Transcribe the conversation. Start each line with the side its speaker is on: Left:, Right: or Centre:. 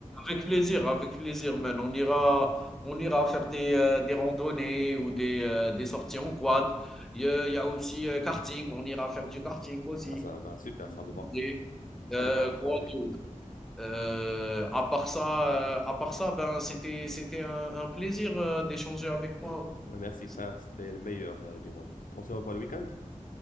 Centre: avec plaisir, avec plaisir, man. On ira, on ira faire des, euh, des randonnées ou des, euh, des sorties en quad. Il y a, il y a aussi euh, karting, on ira faire du karting aussi.
Left: Ah ça, bah super, ça me va.
Centre: Et,
Left: Ça
Centre: euh,
Left: me va,
Centre: quoi
Left: parfait.
Centre: d'autre? Euh, à part ça, euh, à part ça, ben c'était c'était un, un plaisir euh, d'échanger avec toi.
Left: Merci
Centre: C'est-
Left: frère, c'était le meilleur euh, du monde. On se revoit le week-end.